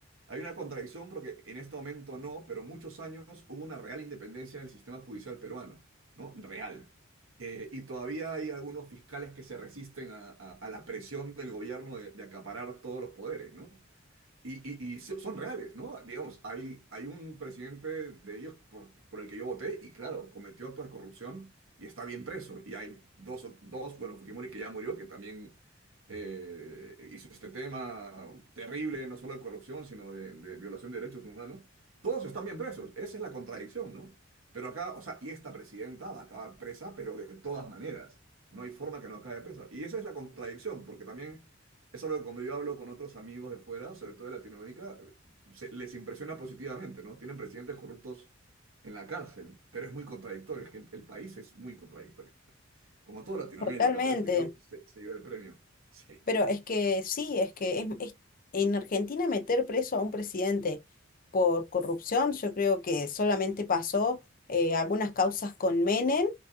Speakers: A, on the right; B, on the left.
A: Hay una contradicción porque en este momento no, pero muchos años hubo una real independencia del sistema judicial peruano, ¿no? Real. Eh, y todavía hay algunos fiscales que se resisten a, a- a la presión del gobierno de, de acaparar todos los poderes, ¿no? Y, y, y so- son reales, ¿no? Digamos, hay, hay un presidente de ellos por, por el que yo voté y claro, cometió actos de corrupción y está bien preso. Y hay dos, o- dos bueno, Fujimori que ya murió, que también eh, hizo este tema terrible, no solo de corrupción, sino de, de violación de derechos humanos. Todos están bien presos, esa es la contradicción, ¿no? Pero acá, o sea, y esta presidenta va a acabar presa, pero de todas maneras, no hay forma que no acabe presa. Y esa es la contradicción, porque también es algo que cuando yo hablo con otros amigos de fuera, sobre todo de Latinoamérica, se- les impresiona positivamente, ¿no? Tienen presidentes corruptos en la cárcel, pero es muy contradictorio, es que el, el país es muy contradictorio, como toda Latinoamérica,
B: Totalmente.
A: pero este creo que se, se lleva el premio. <laughs>
B: Pero es que sí, es que es, es- en Argentina meter preso a un presidente por corrupción, yo creo que solamente pasó eh, algunas causas con Menem